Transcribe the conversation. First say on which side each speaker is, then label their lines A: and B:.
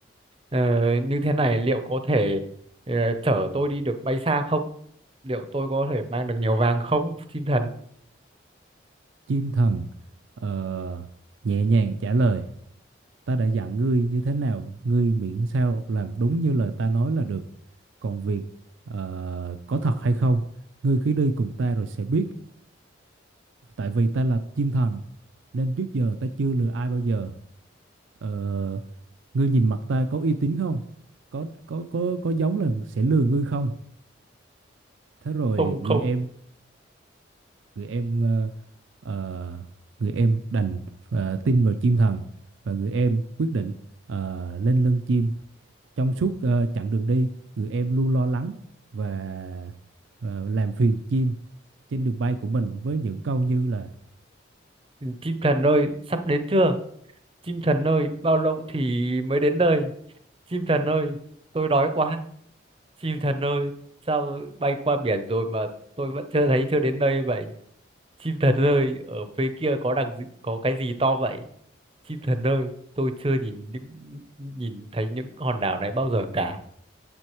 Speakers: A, on the right (about 30°); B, on the right (about 80°).
A: ờ, như thế này liệu có thể ờ, chở tôi đi được bay xa không liệu tôi có thể mang được nhiều vàng không chim thần
B: chim thần ờ, nhẹ nhàng trả lời ta đã dặn ngươi như thế nào ngươi miễn sao làm đúng như lời ta nói là được còn việc ờ, có thật hay không ngươi cứ đi cùng ta rồi sẽ biết tại vì ta là chim thần nên trước giờ ta chưa lừa ai bao giờ Ờ, ngươi nhìn mặt ta có uy tín không có có có có giống là sẽ lừa ngươi không thế rồi
A: không
B: người
A: không
B: em người em ờ, ờ, người em đành ờ, tin vào chim thần và người em quyết định ờ, lên lưng chim trong suốt ờ, chặng đường đi người em luôn lo lắng và ờ, làm phiền chim trên đường bay của mình với những câu như là
A: chim thần ơi sắp đến chưa chim thần ơi bao lâu thì mới đến nơi chim thần ơi tôi đói quá chim thần ơi sao bay qua biển rồi mà tôi vẫn chưa thấy chưa đến nơi vậy chim thần ơi ở phía kia có đằng gì, có cái gì to vậy chim thần ơi tôi chưa nhìn những nhìn thấy những hòn đảo này bao giờ cả